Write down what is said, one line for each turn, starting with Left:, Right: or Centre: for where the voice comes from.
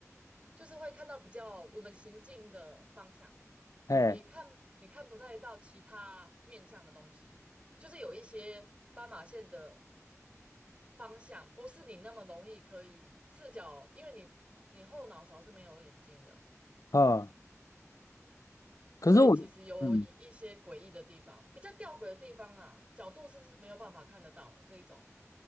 Right: 就是会看到比较我们行进的方向，
Left: 哎，
Right: 你看你看不太到其他面向的东西，就是有一些斑马线的方向，不是你那么容易可以视角，因为你你后脑勺是没有眼睛的。
Left: 嗯，可是我，
Right: 所以其实有一一些诡异的地方，
Left: 嗯，
Right: 比较吊诡的地方啊，角度是是没有办法看得到的这一种。